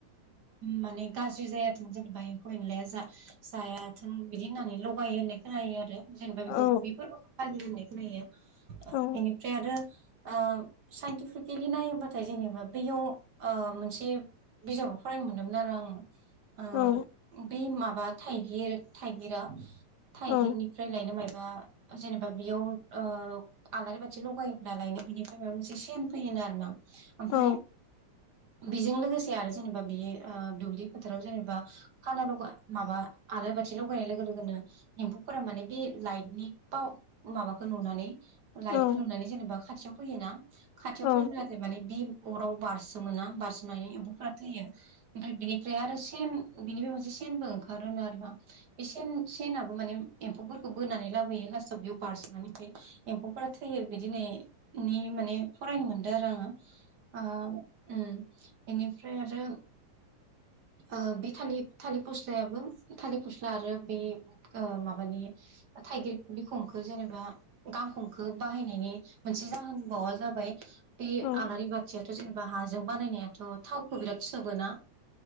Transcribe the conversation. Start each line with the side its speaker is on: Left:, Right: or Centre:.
Right: माने गाज्रि जायाथों जेनेबा एम्फौ एनलाया जा जायाथों बिदि होननानै लगायो होननानै खोनायो आरो जेनेबा बेखौ
Left: औ
Right: बे फोरबोखौ फालियो होननाय खोनायो। ओ
Left: औ
Right: बेनिफ्राय आरो ओ साइन्टिफिकेलि नायोबाथाय जेनेबा बैयाव मोनसे बिजाबाव फरायनो मोनदोंमोन आरो आं। ओ
Left: औ
Right: बे माबा थाइगिर थाइगिरा थाइगिरनिफ्राय
Left: औ
Right: लायनो माइ बा जेनेबा बेयाव ओ आलारि बाथि लगायोब्ला लायनो बिनिफ्राय माबा मोनसे सेन फैयोन आरो ना ओमफ्राय
Left: औ
Right: <inaudible> बेजों लोगोसे आरो जेनेबा बि ओ दुब्लि फोथाराव जेनेबा खानाल माबा आलारि बाथि थि लगायनाय लोगो लोगोनो एम्फौफोरा माने बि लाइटनि पाव माबाखौ नुनानै लाइटखौ
Left: औ
Right: नुनानै जेनेबा खाथियाव फैयोना खाथियाव
Left: औ
Right: फैयोब्लाथाय माने बि अराव बारसोमो ना बारसोमनानै एम्फौफ्रा थैयो। ओमफ्राय बिनिफ्राय आरोे सेन बिनिफ्राय मोनसे सेनबो ओंखारो होनो आरोना बे सेन सेनाबो माने एम्फौफोरखौ बोनानै लाबोयो लास्टआव बेयाव बारस'नानै फ्राय एम्फौफोरा थैयो बिदिनो माने फरायनो मोनदो आरो आङो ओ उम बेनिफ्राय आरो ओ बे थालि-थालिर फस्लायाबो थालिर फस्ला आरो बे ओ माबानि ओ थाइगिर बिखंखौ जेनेबा गांखंखो बाहायनायनि मोनसे जाहोनबावा जाबाय बे
Left: औ
Right: आलारि बाथियाथ' जेनेबा हाजों बानायनायाथ' थावखौ बिराद सोबोना